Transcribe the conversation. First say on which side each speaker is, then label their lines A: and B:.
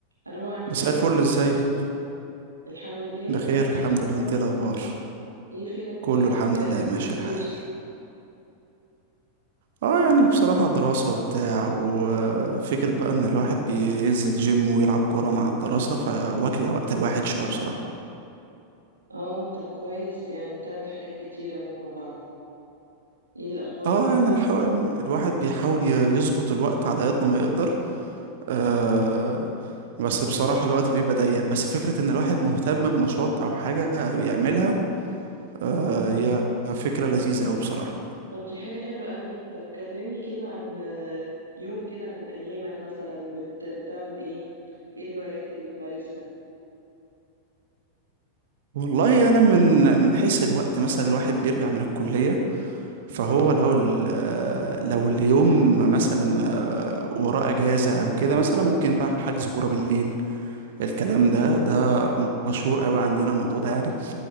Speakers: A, on the right; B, on the right.
A: الو عامل
B: مساء
A: ايه
B: الفل ازيك
A: الحمد لله تمام
B: بخير الحمد
A: ايه اخبارك
B: لله انت ايه الاخبار
A: ايه فينك مختفي
B: كله الحمد
A: بقالك
B: لله ماشي
A: كتير
B: الحال اه يعني بصراحة دراسة وبتاع وفكرة بقى ان الواحد بينزل جيم ويلعب كورة مع الدراسة فواكلة وقت الواحد شوية بصراحة
A: اه طب كويس يعني بتعمل حاجات كتير اهو مع بعض ايه الاخبار
B: اه
A: بقى
B: يعني الحاول الواحد بيحاول ي- يظبط الوقت على قد ما يقدر آه بس بصراحة الوقت بيبقى ضيق بس فكرة ان الواحد مهتم بنشاط او حاجة بيعملها آه هي فكرة لذيذة اوي بصراحة
A: طب دي حاجة حلوة قوي طب كلمني كده عن آه، يوم كده من ايامك مثلا بت... بتعمل ايه ايه الهوايات اللي بتمارسها
B: والله انا من من حيث الوقت مثلا الواحد بيرجع من الكليه فهو لو ال- آه، لو اليوم مثلا آه، وراه اجازه او كده مثلا ممكن بقى حجز كوره بالليل الكلام
A: مم.
B: ده ده مشهور قوي عندنا الموضوع ده يعني